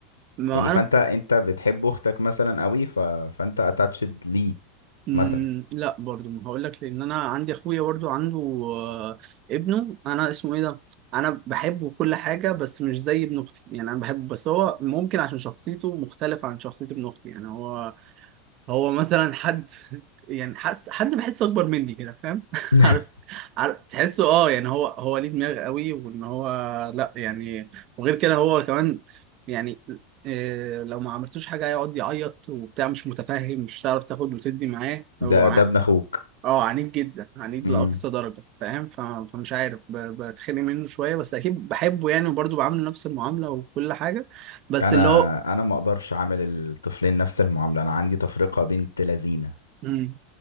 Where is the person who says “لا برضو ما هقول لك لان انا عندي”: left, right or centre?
Right